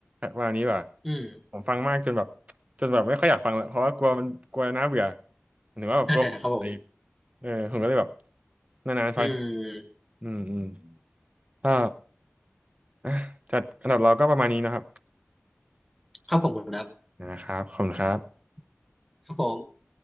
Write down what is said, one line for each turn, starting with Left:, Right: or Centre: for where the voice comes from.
Right: วันนี้ว่า
Centre: อืม
Right: ผมฟังมากจนแบบจนแบบไม่ค่อยอยากฟังแล้วเพราะว่ากลัวมันกลัวน่าเบื่อหรือว่าแบบกลัวอะไร
Centre: <laughs> ครับผม
Right: เออผมก็เลยแบบนานๆฟังที
Centre: อืม
Right: อืมอืมก็อ่ะจัดอันดับเราก็ประมาณนี้นะครับ
Centre: ครับผมคุณครับ
Right: นะครับขอบคุณครับ
Centre: ครับผม